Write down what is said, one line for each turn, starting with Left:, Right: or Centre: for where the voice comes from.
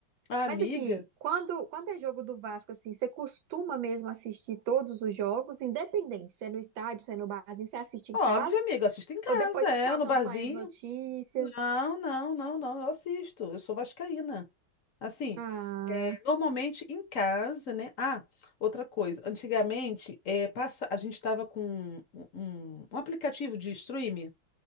Left: Ah,
Right: Mas
Left: amiga?
Right: aqui, quando, quando é jogo do Vasco, assim, você costuma mesmo assistir todos os jogos, independente, se é no estádio, se é no barzinho, você assiste em
Left: Óbvio,
Right: casa,
Left: amiga, eu assisto em casa,
Right: ou depois você
Left: é,
Right: só acompanha
Left: no barzinho.
Right: as notícias?
Left: Não, não, não, não, eu assisto. Eu sou vascaína. Assim,
Right: Ah,
Left: Normalmente em casa, né? Ah, outra coisa. Antigamente, é, passa, a gente estava com um, um- um aplicativo de streaming,